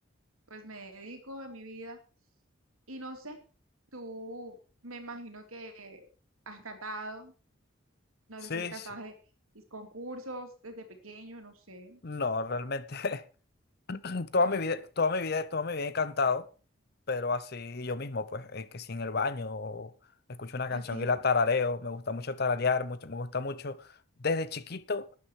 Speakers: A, on the right; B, on the left.
A: pues me dedico en mi vida. Y no sé, tú me imagino que has cantado, no sé
B: Sí,
A: si has cantado
B: sí.
A: en concursos desde pequeño, no sé.
B: No, realmente <laughs> toda
A: Oye,
B: mi vida, toda mi vida, toda mi vida he cantado, pero así yo mismo, pues, eh, que si en el baño o escucho una canción
A: Okay.
B: y la tarareo, me gusta mucho tararear, mucho, me gusta mucho. Desde chiquito